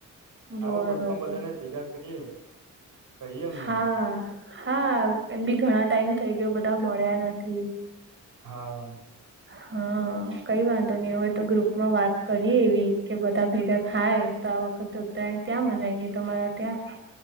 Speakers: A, on the right; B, on the right.
A: આવો
B: બરોબર
A: ગ્રુપમાં બધાને ભેગા કરીએ. કહીએ એમને
B: હા હા એમ બી ઘણા ટાઈમ થઈ ગયો બધા મળ્યા નથી.
A: હા.
B: હા કઈ વાંધો નહી એવું હોય તો ગ્રુપમાં વાત કરીએ એવી કે બધા ભેગા થાય. તો આ વખતે ઉત્તરાયણ ત્યાં મનાઈએ તમારા ત્યાં.